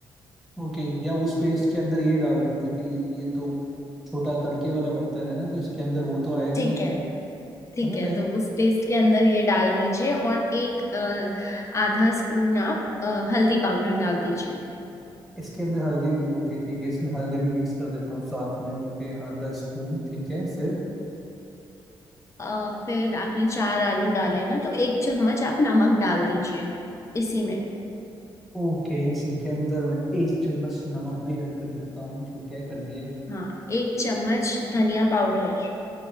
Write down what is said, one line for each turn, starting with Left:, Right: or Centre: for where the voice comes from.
Centre: ओके या उस पेस्ट के अंदर ये डाल दूं क्योंकि ये तो छोटा तड़के वाला बर्तन है ना तो इसके अंदर वो तो आएगा
Left: ठीक
Centre: नहीं
Left: है
Centre: है है
Left: ठीक
Centre: ना
Left: है
Centre: मैं
Left: तो उस पेस्ट के अंदर ये डाल दीजिए और एक अ, आधा स्पून आप अ, हल्दी पाउडर डाल दीजिए
Centre: इसके अंदर हल्दी भी ओके ठीक है इसमें हल्दी भी मिक्स कर देता हूँ साथ में ओके आधा स्पून ठीक है फिर
Left: अ, फिर आपने चार आलू डाले ना तो एक चम्मच आप नमक डाल दीजिए इसी में
Centre: ओके इसी के अंदर मैं एक चम्मच नमक भी ऐड कर देता हूँ ठीक है कर दिया
Left: हाँ एक चम्मच धनिया पाउडर